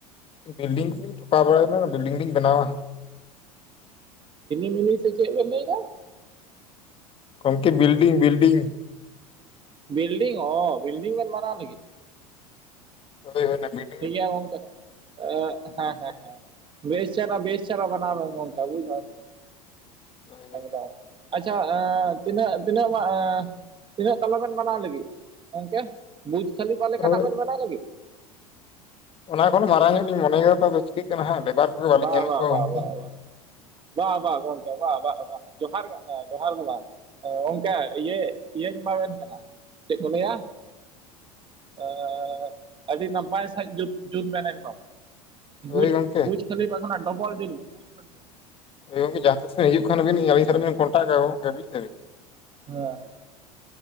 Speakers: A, on the left (about 30°); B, on the right (about 25°).
A: ᱵᱤᱞᱰᱤᱝ ᱠᱚᱞᱤᱧ ᱴᱷᱚᱠᱟᱣ ᱵᱟᱲᱟᱭᱫᱟ ᱢᱟᱱᱮ ᱵᱤᱞᱰᱤᱝ ᱞᱤᱧ ᱵᱮᱱᱟᱣᱟ᱾
B: <unintelligible> ᱥᱮ ᱪᱮᱫ ᱵᱮᱱ ᱞᱟᱹᱭᱫᱟ?
A: ᱜᱚᱝᱠᱮ ᱵᱤᱞᱰᱤᱝ ᱵᱤᱞᱰᱤᱝ᱾
B: ᱵᱤᱞᱰᱤᱝ ᱚ, ᱵᱤᱞᱰᱤᱝ ᱵᱮᱱ ᱵᱟᱱᱟᱣ ᱞᱟᱹᱜᱤᱫ?
A: ᱦᱳᱭ ᱚᱱᱟ ᱵᱤᱞ
B: ᱴᱷᱤᱠ ᱜᱮᱭᱟ ᱜᱚᱝᱠᱮ᱾ ᱮᱸᱜ ᱦᱮᱸ ᱦᱮᱸ ᱦᱮᱸ ᱵᱮᱥ ᱪᱮᱦᱨᱟ ᱵᱮᱥ ᱪᱮᱦᱨᱟ ᱵᱟᱱᱟᱣ ᱵᱮᱱ ᱜᱚᱢᱠᱮ ᱵᱩᱡᱽ ᱫᱟᱢ ᱥᱮ᱾
A: ᱦᱳᱭ
B: ᱮᱠᱫᱚᱢ᱾ ᱟᱪᱪᱷᱟ ᱟ ᱛᱤᱱᱟᱹᱜ- ᱛᱤᱱᱟᱹᱜ ᱢᱟ ᱛᱤᱱᱟᱹᱜ ᱛᱟᱞᱟ ᱵᱮᱱ ᱵᱟᱱᱟᱣ ᱞᱟᱹᱜᱤᱫ ᱜᱚᱝᱠᱮ? ᱵᱩᱨᱡ ᱠᱷᱟᱹᱞᱤᱯᱟ ᱞᱮᱠᱟᱱᱟᱜ
A: ᱦᱳᱭ
B: ᱵᱮᱱ ᱵᱮᱱᱟᱣ ᱞᱟᱹᱜᱤᱫ?
A: ᱚᱱᱟ ᱠᱷᱚᱱ ᱦᱚᱸ ᱢᱟᱨᱟᱝ ᱧᱚᱜ ᱞᱤᱧ ᱢᱚᱱᱮᱭ ᱠᱟᱫᱟ ᱛᱚ ᱟᱫᱚ ᱪᱤᱠᱟᱹᱜ ᱠᱟᱱᱟ ᱦᱟᱸᱜ ᱞᱮᱵᱟᱨ ᱠᱚᱜᱮ ᱵᱟᱹᱞᱤᱧ
B: ᱵᱟ
A: ᱧᱟᱢᱮᱫ
B: ᱵᱟ
A: ᱠᱚᱣᱟ
B: ᱵᱟ
A: ᱜᱚᱝᱠᱮ᱾
B: ᱵᱟ ᱵᱟ ᱵᱟ ᱵᱟ ᱜᱚᱢᱠᱮ ᱵᱟ ᱵᱟ ᱵᱟ ᱡᱚᱦᱟᱨ ᱜᱮ ᱡᱚᱦᱟᱨ ᱫᱚ ᱵᱟᱝ ᱚ ᱜᱚᱝᱠᱮ ᱤᱭᱟᱹ ᱤᱭᱟᱹᱧ ᱮᱢᱟᱵᱮᱱ ᱠᱟᱱᱟ ᱪᱮᱫ ᱠᱚ ᱞᱟᱹᱭᱟ ᱟᱻ ᱟᱹᱰᱤ ᱱᱟᱯᱟᱭ ᱥᱟᱺᱦᱤᱡ ᱡᱩᱛ ᱡᱩᱛ ᱵᱮᱱ ᱮᱠᱫᱚᱢ᱾
A: ᱦᱳᱭ
B: ᱵᱩᱡ
A: ᱜᱚᱝᱠᱮ
B: ᱵᱩᱨᱡ ᱠᱷᱟᱞᱤᱯᱷᱟ ᱠᱷᱚᱱᱟᱜ ᱰᱚᱵᱚᱞ ᱡᱩᱞᱵᱮᱱ ᱵᱩᱡ ᱫᱟᱵᱮᱱ ᱥᱮ?
A: ᱦᱳᱭ ᱜᱚᱝᱠᱮ ᱡᱟᱦᱟᱸ ᱛᱤᱥ ᱵᱮᱱ ᱦᱤᱡᱩᱜ ᱠᱷᱟᱱᱵᱤᱱ ᱟᱹᱞᱤᱧ ᱥᱮᱫ ᱨᱮ ᱵᱮᱱ ᱠᱚᱱᱴᱟᱠᱟ ᱵᱩᱡ ᱫᱟᱹᱵᱤᱱ?
B: ᱦᱮᱸ,